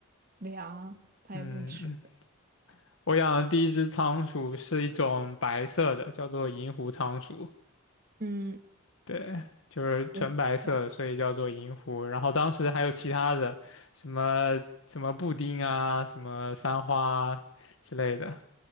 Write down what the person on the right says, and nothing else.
粮，他也不吃。
嗯，
有时候